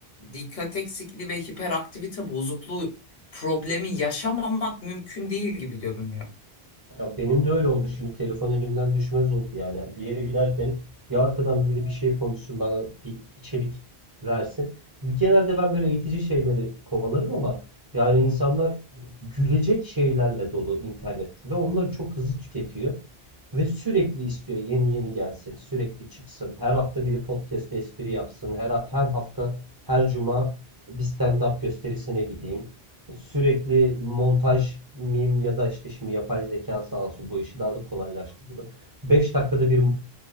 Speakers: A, on the left; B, on the right.
A: dikkat eksikliği ve hiperaktivite bozukluğu problemi yaşamamak mümkün değil gibi görünüyor.
B: Ya benim de öyle oldu. Şimdi telefon elimden düşmez oldu yani. Bir yere giderken ya arkadan biri bir şey konuşsun bana bir içerik versin. Bir- Genelde ben böyle eğitici şeyleri kovalarım ama yani insanlar gülecek şeylerle dolu internet ve onları çok hızlı tüketiyor ve sürekli istiyor yeni yeni gelsin, sürekli çıksın. Her hafta biri podcast'te espri yapsın. Her her hafta her cuma bir stand-up gösterisine gideyim. Sürekli montaj, meme ya da işte şimdi yapay zeka sağ olsun bu işi daha da kolaylaştırdı. beş dakikada bir